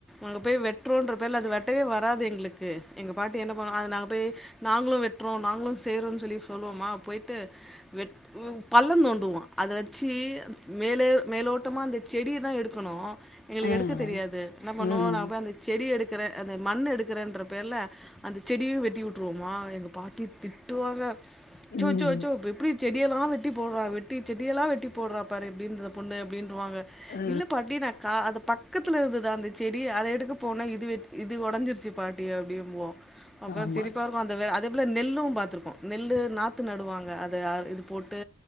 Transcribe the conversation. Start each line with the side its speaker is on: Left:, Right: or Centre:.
Centre: அங்க போய் வெற்றோன்ற பேர்ல அது வெட்டவே வ வராது எங்களுக்கு எங்க பாட்டி என்ன பண்ணும் அது நாங்க போய் நாங்களும் வெட்டுறோம் நாங்களும் செய்றோம்ன்னு சொல்லி சொல்லுவோமா போயிட்டு வெட் வு பள்ளம் தோண்டுவோம் அத வச்சு மேலே மேலோட்டமா அந்த செடியதா எடுக்கணும் எங்களுக்கு
Left: ஆ
Centre: எடுக்க தெரியாது என்ன பண்ணுவோ
Left: ஆ
Centre: நான் போய் அந்த செடிய எடுத் இருக்கிற அத மண் எடுக்கிறேன்ற பேர்ல அந்த செடியு வெட்டி விட்டுருவோமா எங்கள் பாட்டி திட்டுவாங்க சோ
Left: ம்
Centre: சோ சோ எப்படி செடிய யலா வெட்டி போடுற வெட்டி செடியெல்லா வெட்டி போடுற பாரு எப்படி இருந்த இந்த பொண்ணு அப்படின்றுவாங்க
Left: ஆ
Centre: இல்ல பாட்டி நா கா அது பக்கத்துல இருந்துதா அந்த செடிய அத எடுக்க போனே இது வெட் இது உடஞ்சிருச்சு பாட்டி அப்படிபோம் அப்புரோ
Left: ஆமா
Centre: சிரிப்பா இருக்கும் அந்த வெ அந் இது எவ்ள நெல்லும் பாத்துருக்கோ நெல்லு நாத்து நடுவாங்க அது அ இது போட்டு